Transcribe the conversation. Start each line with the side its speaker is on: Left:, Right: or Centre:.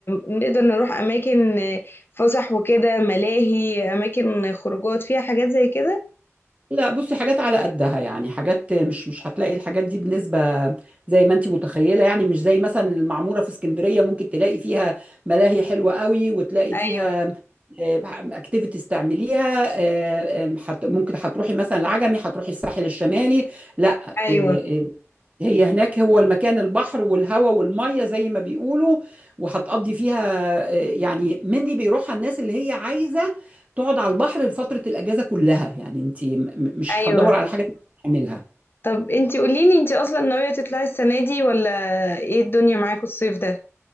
Left: نقدر نروح اماكن فسح وكده ملاهي اماكن خروجات فيها حاجات زي كده
Right: لا بصي حاجات على قدها يعني حاجات مش مش هتلاقي الحاجات دي بنسبة زي ما انت متخيلة يعني مش زي مثلا المعمورة في اسكندرية ممكن تلاقي فيها ملاهي حلوة قوي وتلاقي فيها
Left: ايوه
Right: اكتيفيتيز تعمليها آه، آم، حت- ممكن هتروحي مثلا العجمي هتروحي الساحل الشمالي لا
Left: ايوه
Right: آه، آه، هي هناك هو المكان البحر والهواء والمية زي ما بيقولوا وهتقضي فيها آه، يعني منلي بيروحها الناس اللي هي عايزة تقعد على البحر لفترة الأجازة كلها يعني انت م- م- مش
Left: ايوه
Right: هتدور على حاجة تعملها
Left: طب انتي قوليلي انتي اصلا ناوية تطلعي السنة دي ولا ايه الدنيا معاكوا الصيف ده